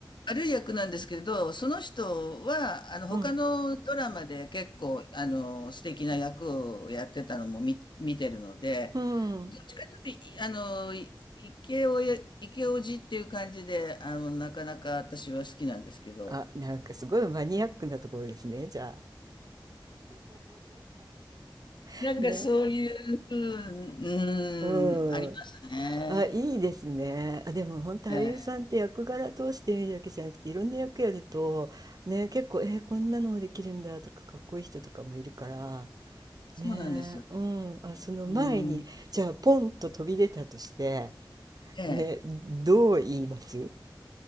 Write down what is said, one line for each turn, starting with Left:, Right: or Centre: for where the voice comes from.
Left: 悪い役なんですけど、その人は、あの、
Right: うん。
Left: 他のドラマで結構、あの、素敵な役をやってたのも見、見てるので、
Right: うん。
Left: どっちかというと、いあの、いイケオヤ、イっていう感じで、あの、なかなか私は好きなんですけど、
Right: あ、なんかすごいマニアックなところですね、じゃあ。
Left: なんかそういううん、
Right: ね。うん。
Left: うん、ありますね。
Right: あ、いいですね。あ、でも本当俳優さんって役柄通して見るだけじゃなくていろんな役やるとね結構えーこんなのもできるんだとかかっこいい人とかもいるから
Left: ええ。そうなんですよ。
Right: ねうんあその前にじゃあポンと飛び出たとして
Left: うん。ええ。
Right: ねどう言います